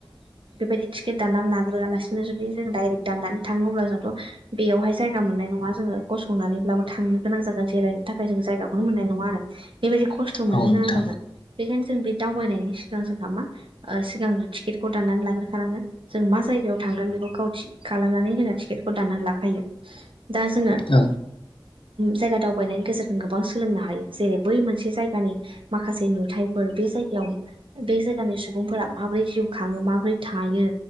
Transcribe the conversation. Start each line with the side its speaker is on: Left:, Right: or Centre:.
Right: बेबायदि टिकेट दाननानै लाग्रोआलासिनो जुदि जों डाइरेक्ट दाननानै थाङो अब्ला जोंथ' बेयावहाय जायगा मोननाय नङा जोङो गसंनानैब्लाबो थांनो गोनां जागोन जिरायनो थाखाय जों जायगाखौनो मोननाय नङा आरो। बेबायदि खस्थ' मोननो
Left: औ नोंथां
Right: गोनां जागोन बेखायनो जों बे दावबायनायनि सिगां जोंहा मा सिगां टिकेटखौ दाननानै लाग्रोखानांगोन जों मा जायगायाव थांगोन बेखौ गाव थि खालामनानै जोङो टिकेटखौ दानानानै लाखायो दा जोङो
Left: औ
Right: जायगा दावबायनायनि गेजेरजों गोबां सोलोंनो हायो जेरै बै मोनसे जायगानि माखासे नुथायफोर बे जायगायाव बे जायगानि सुबुंफोरा माबोरै जिउ खाङो माबोरै थायो।